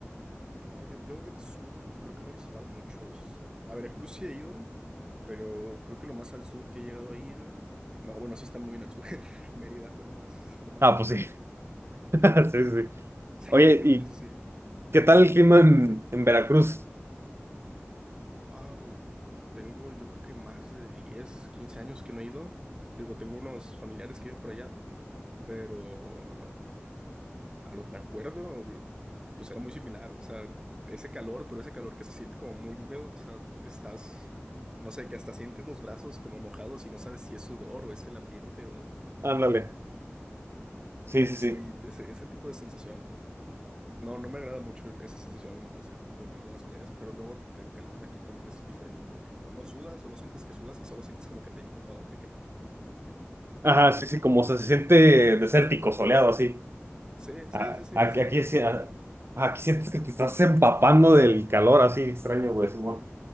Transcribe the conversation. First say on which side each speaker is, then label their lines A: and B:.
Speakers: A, on the right; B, on the right.
A: Ah, ok. Yo del sur creo que no he visitado muchos. A Veracruz sí he ido, pero creo que lo más al sur que he llegado a ir. No, bueno, sí está muy en el sur. <laughs> Mérida fue lo más, lo más
B: Ah,
A: en
B: pues
A: el sur
B: sí, <laughs>
A: que fui. <laughs>
B: sí, sí.
A: Sí,
B: Oye,
A: ya que
B: ¿y
A: lo pienso, sí.
B: ¿Qué tal el clima en, en Veracruz?
A: Au, tengo yo creo que más de 10 15 años que no he ido. Digo, tengo unos familiares que viven por allá, pero a lo que me acuerdo, pues era muy similar, o sea, ese calor, pero ese calor que se siente como muy húmedo, o sea, te estás, no sé, que hasta sientes los brazos como mojados y no sabes si es sudor o es el ambiente o...
B: Ándale. Sí, sí,
A: Sí,
B: sí.
A: ese, ese tipo de sensación. No, no me agrada mucho el- esa sensación o ese tipo de calor en las playas, pero luego el calor de aquí también es diferente porque no sudas o no sientes que sudas y solo sientes como que te incomoda o te quema.
B: Ajá, sí, sí, como se, se siente desértico, soleado, así.
A: Sí, sí,
B: Ah,
A: sí, sí,
B: Aquí,
A: se siente
B: aquí, sí,
A: así.
B: ah, aquí sientes que te estás empapando del calor, así extraño, güey. Simón.